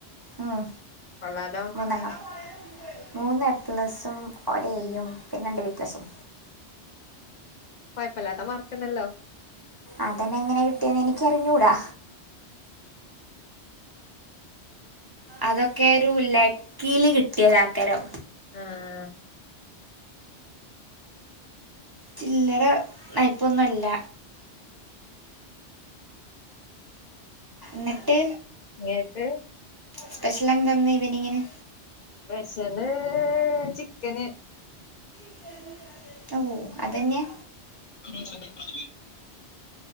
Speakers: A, on the right; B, on the left.
A: ഉം
B: കൊള്ളാലോ
A: മൂന്നെണ്ണം മൂന്ന് എ പ്ലസും, ഒരേയും, പിന്നെ ബി പ്ലസും.
B: കൊയപ്പല്ലാത്ത മാർക്ക്ണ്ടല്ലോ
A: അതന്നെ എങ്ങനെ കിട്ടിയേന്ന് എനിക്കറിഞ്ഞൂടാ അതൊക്കെ ഒരു ലക്കീല് കിട്ടിയതേക്കാരം
B: ആഹആഹാ
A: ചില്ലറ നയ്പ്പൊന്നൊല്ല ന്നട്ട്
B: ങ്ങേ ട്ട്
A: സ്പെഷ്യല്ന്ത ന്ന് ഇവനിങ്ങിന്
B: സ്പെഷ്യല് ചിക്കന്
A: <unintelligible> ഓ അതന്നെയ
B: <unintelligible>